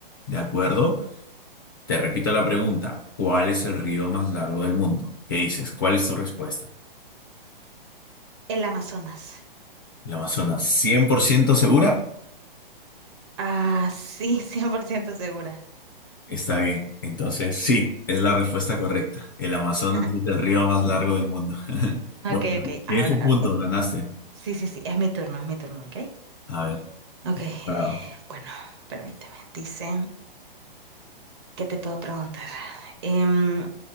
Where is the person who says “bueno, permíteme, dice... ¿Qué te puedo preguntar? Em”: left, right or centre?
Right